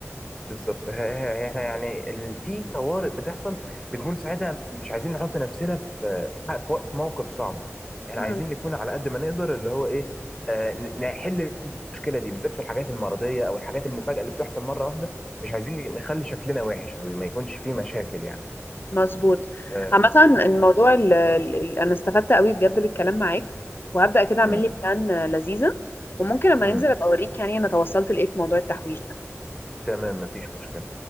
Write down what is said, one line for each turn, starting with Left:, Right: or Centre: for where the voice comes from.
Centre: بالظبط ه- ه- احنا يعني ال... في طوارئ بتحصل بنكون ساعتها مش عايزين نحط نفسنا في في, ح- في وق- في موقف صعب احنا
Left: امم
Centre: عايزين نكون على قد ما نقدر اللي هو ايه آه ن- نحل المشكله دي بالذات في الحاجات المرضيه او الحاجات المفاجاه اللي بتحصل مره واحده مش عايزين نخلي شكلنا وحش او ما يكونش فيه مشاكل يعني
Left: مظبوط
Centre: آه
Left: عامة الموضوع ال ال ال انا استفدت قوي بجد بالكلام معاك وهبدأ كده اعمل
Centre: امم
Left: لي بلان آه، لذيذة وممكن لما
Centre: امم
Left: ننزل ابقى اوريك يعني انا توصلت لايه في موضوع التحويش ده
Centre: تمام مفيش مشكله